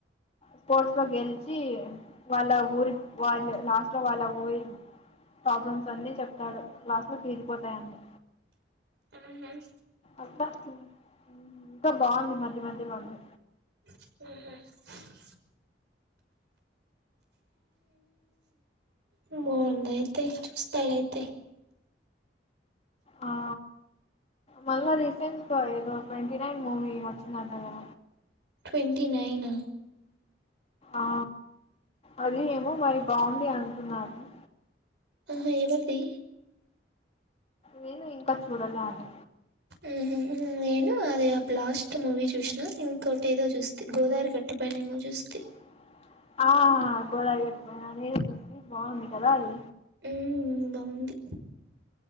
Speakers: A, on the left; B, on the right.
A: స్పోర్ట్స్ లో గెలిచి ఇ వాళ్ళ ఊరి వాళ్ళు లాస్ట్ లో వాళ్ళ ఊరి ప్రాబ్లమ్స్ అన్ని చెప్తాడు క్లాస్ లో తీరీపోతాయన్ని
B: హమ్
A: అత్త ఇంకా బావుంది మధ్య మధ్యలోంది
B: హమ్ ఉమ్ బాగుంది అయితే చూస్తలయితే
A: ఆ మళ్ల రిసెంట్గా ఏదో ట్వంటి నైన్ మూవీ వచ్చిదంటగదా
B: ట్వంటీ నైనా
A: ఆ అద ఏమో మరి బాగుంది అంటున్నారును
B: ఆ హా ఎవరిది
A: నేను ఇంకా చూడలను
B: ఊహూ. నేను అది ఆ బ్లాస్ట్ మూవీ చూసిన ఇంకోొటి ఏదో చూస్త గోదారి గట్టు పనే ఏమో చూస్త
A: <inaudible> ఆహా గోదరి గట్టుపైనా అది చూసి బాగుంది కదా అది
B: మ్మ్ బాగుంది